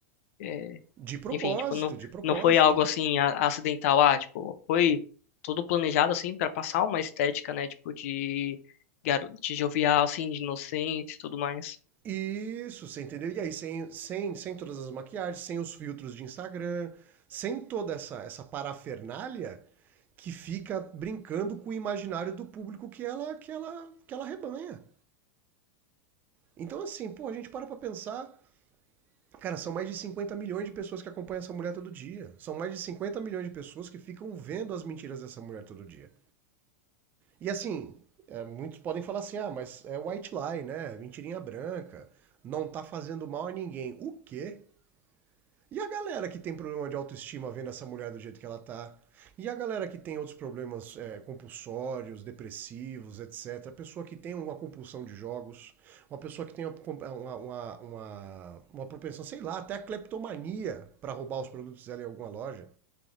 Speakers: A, on the left (about 55°); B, on the right (about 20°).
A: é,
B: De propósito,
A: enfim, tipo, não,
B: de propósito.
A: não foi algo, assim, a- acidental. Ah, tipo, foi todo planejado, assim, para passar uma estética, né? Tipo, de, garo de jovial, assim, de inocente e tudo mais.
B: Isso, você entendeu? E aí, sem, sem, sem todas as maquiagens, sem os filtros de Instagram, sem toda essa, essa parafernália que fica brincando com o imaginário do público que ela, que ela, que ela rebanha. Então, assim, pô, a gente para pra pensar. Cara, são mais de 50 milhões de pessoas que acompanham essa mulher todo dia. São mais de 50 milhões de pessoas que ficam vendo as mentiras dessa mulher todo dia. E assim, é, muitos podem falar assim: ah, mas é white lie, né? Mentirinha branca. Não tá fazendo mal a ninguém. O quê? E a galera que tem problema de autoestima vendo essa mulher do jeito que ela tá? E a galera que tem outros problemas é, compulsórios, depressivos, etc. A pessoa que tem uma compulsão de jogos, uma pessoa que tem uma, uma, uma, uma propensão, sei lá, até a cleptomania para roubar os produtos dela em alguma loja.